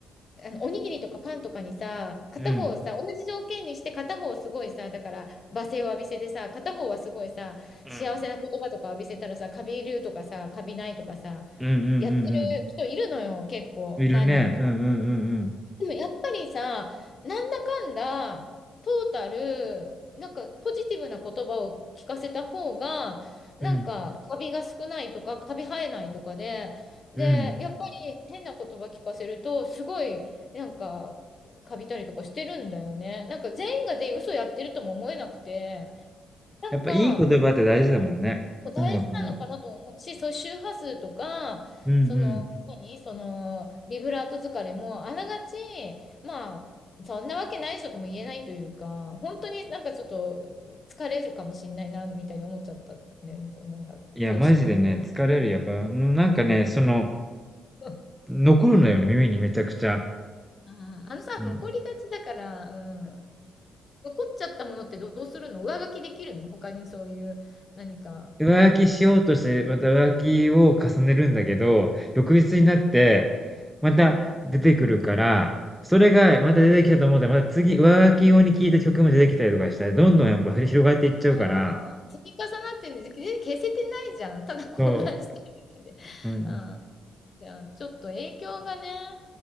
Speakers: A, on the left; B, in the centre.
A: あの、おにぎりとかパンとかにさ、片方をさ、
B: うん。
A: 同じ条件にして片方をすごいさ、だから、罵声を浴びせてさ、片方はすごいさ、
B: うん。
A: 幸せな言葉とか浴びせたらさ、カビるとかさ、カビないとかさ、
B: うんうんうんうん。
A: やってる人いるのよ、結構、
B: いるね。
A: 何人か。
B: うんうんうんうん。
A: でもやっぱりさ、なんだかんだ、トータル、なんかポジティブな言葉を聞かせた方が、なんかカビが少ないとか、
B: うん。
A: カビ生えないとかで、で、
B: うん。
A: やっぱり変な言葉聞かせると、すごい、なんか、カビたりとかしてるんだよね。なんか全員が全員嘘やってるとも思えなくて、なんか、
B: やっぱいい言葉って大事だもんね。
A: 大事なのかなと思うし、
B: 音楽も。
A: そういう周波数とか、
B: うんうん。
A: その、何その、ビブラート疲れも、あながち、まあ、そんなわけないでしょとも言えないというか、本当になんかちょっと疲れるかもしれないな、みたいに思っちゃったんだよね、そのなんか、剛くん。
B: いや、マジでね、疲れる。やっぱ、なんかね、その、
A: <laughs>
B: 残るのよね、耳にめちゃくちゃ。
A: あー、あのさ、
B: うん。
A: 残りがちだから、うん。残っちゃったものってどうするの上書きできるの他にそういう何か音を。
B: 浮気しようとして、また浮気を重ねるんだけど、翌日になって、また出てくるから、
A: うん。
B: それがまた出てきたと思ったら、また次、浮気用に聴いた曲も出てきたりとかしたら、どんどんやっぱふり広がっていっちゃうから、
A: あー積み重なってるんで、で消せてないじゃん。ただ混乱してるだけで。
B: そ
A: <laughs>
B: う、うん、
A: あーじゃあ、ちょっと影響がね、